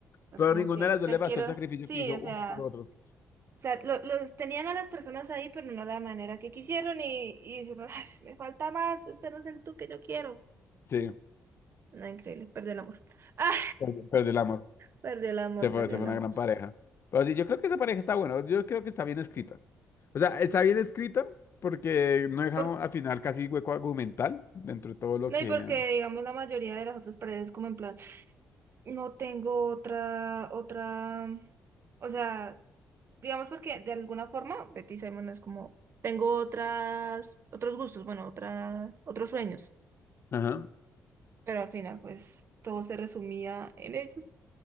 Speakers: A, on the right; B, on the left.
A: Es
B: Pero
A: como
B: ninguna
A: que
B: de las dos
A: te
B: le bastó
A: quiero,
B: el sacrificio
A: sí,
B: que hizo
A: o
B: uno
A: sea,
B: por otro.
A: o sea, lo- los tenían a las personas ahí, pero no la manera que quisieron y, y dijeron, "Ay, me falta más, este no es el tú que yo quiero.
B: Sí,
A: No, increíble, perdió el amor. <laughs> Ah,
B: perdió, perdió el amor.
A: perdió el amor,
B: Se fue,
A: perdió
B: se
A: el
B: fue una
A: amor.
B: gran pareja. Pero sí, yo creo que esa pareja está buena. Yo creo que está bien escrita. O sea, está bien escrita porque no dejaron
A: Por-
B: al final casi hueco argumental dentro de todo lo
A: no,
B: que...
A: y porque, digamos, la mayoría de las otras paredes como en plan, no tengo otra, otra, o sea... Digamos porque de alguna forma Betty Simon es como, tengo otras, otros gustos, bueno, otras, otros sueños,
B: Ajá,
A: pero al final pues todo se resumía en ellos.